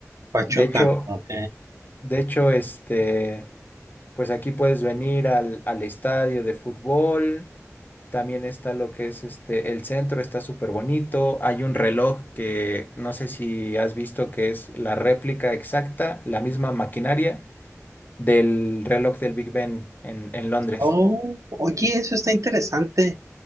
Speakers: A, on the right; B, on the left.
A: Pachuca.
B: De hecho,
A: Ok.
B: de hecho, este... Pues aquí puedes venir al, al estadio de fútbol. También está lo que es este, el centro está súper bonito. Hay un reloj que no sé si has visto que es la réplica exacta, la misma maquinaria del reloj del Big Ben en, en Londres.
A: Oh, oye, eso está interesante.